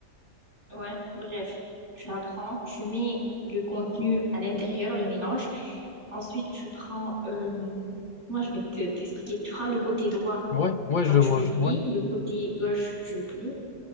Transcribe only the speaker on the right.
Ouais, bref, tu la prends, tu mets le contenu à l'intérieur, le mélange. Ensuite, tu prends, euh, moi je vais te- t'expliquer. Tu prends le côté droit,
genre
tu
le
plies,
le côté gauche, tu le plies.